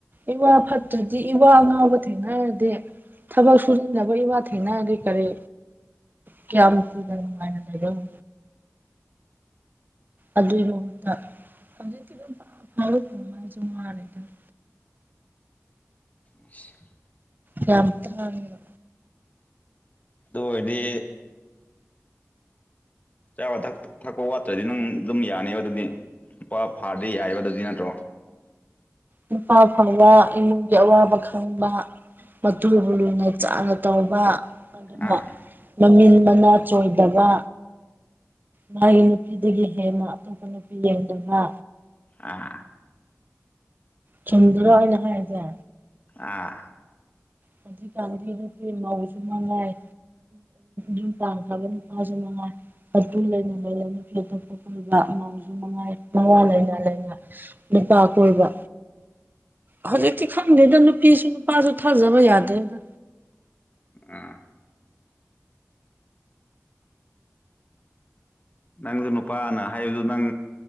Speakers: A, on the right (about 35°); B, on the left (about 30°).
A: ꯏꯋꯥ ꯐꯠꯇ꯭ꯔꯗꯤ ꯏꯋꯥ ꯉꯥꯎꯕ ꯊꯦꯡꯅꯔꯗꯤ ꯊꯕꯛ ꯁꯨꯨꯅꯤꯡꯗꯕ ꯏꯋꯥ ꯊꯦꯡꯅꯔꯗꯤ ꯑꯗꯨ ꯀꯔꯤ ꯀꯌꯥꯝ ꯀꯨꯢꯅ ꯅꯨꯡꯃꯥꯏꯅ ꯂꯩꯗꯣꯢꯅꯣ ꯑꯗꯨꯏ ꯃꯍꯨꯠꯇ ꯍꯧꯖꯤꯛꯇꯤ ꯑꯗꯨꯝ ꯐꯥꯎꯔꯛꯄꯉꯁꯨ ꯃꯥꯔꯦꯗ <inaudible>
B: ꯑ <inaudible>
A: ꯌꯥꯝ ꯇꯥꯡꯉꯦꯕ
B: ꯑꯗꯨ ꯑꯣꯏꯔꯗꯤ ꯆꯥꯕ ꯊꯛ ꯊꯛꯄ ꯋꯥꯠꯇ꯭ꯔꯗꯤ ꯅꯪ ꯑꯗꯨꯝ ꯌꯥꯅꯦꯕ ꯑꯗꯨꯗꯤ ꯂꯨꯄꯥ ꯐꯥꯔꯗꯤ ꯌꯥꯏꯕ ꯑꯗꯨꯗꯤ ꯅꯠꯇ꯭ꯔꯣ
A: ꯅꯨꯄꯥ ꯐꯥꯕ ꯏꯃꯨꯡꯒꯤ ꯑꯋꯥꯕ ꯈꯪꯕ ꯃꯇꯨꯕꯨ ꯂꯨꯅꯗ ꯆꯥꯅ ꯇꯧꯕ ꯑꯗꯨꯒ
B: ꯑꯥ
A: ꯃꯃꯤꯜ ꯃꯅꯥ ꯆꯣꯏꯗꯕ ꯃꯥꯒꯤ ꯅꯨꯄꯤꯗꯒꯤ ꯍꯦꯟꯅ ꯑꯇꯣꯞꯄ ꯅꯨꯄꯤ ꯌꯦꯡꯗꯕ
B: ꯑꯥ
A: ꯆꯨꯝꯗ꯭ꯔ ꯑꯩꯅ ꯍꯥꯢꯁꯦ
B: ꯑꯥ
A: ꯍꯧꯖꯤꯛ ꯀꯥꯟꯗꯤ ꯃꯧꯁꯨ ꯃꯉꯥꯏ ꯌꯨꯝ ꯄꯟꯈ꯭ꯔꯕ ꯅꯨꯄꯥꯁꯨ ꯃꯅꯨꯡꯉꯥꯏ ꯑꯗꯨ ꯂꯩꯅ ꯂꯩꯅ ꯅꯨꯄꯤ ꯑꯗꯨ ꯀꯣꯏꯕ ꯃꯥꯎꯁꯨ ꯃꯉꯥꯏ ꯃꯋꯥ ꯂꯩꯥꯏꯅꯥ ꯂꯥꯏꯅꯥ ꯅꯨꯄꯥ ꯀꯣꯏꯕ ꯍꯧꯖꯤꯛꯇꯤ ꯈꯪꯗꯦꯗ ꯅꯨꯄꯤꯁꯨ ꯅꯨꯄꯥꯁꯨ ꯊꯥꯖꯕ ꯌꯥꯗꯦꯗ
B: ꯑꯥ ꯅꯪꯁꯨ ꯅꯨꯄꯥꯅ ꯍꯥꯏꯕꯗꯨ ꯅꯪ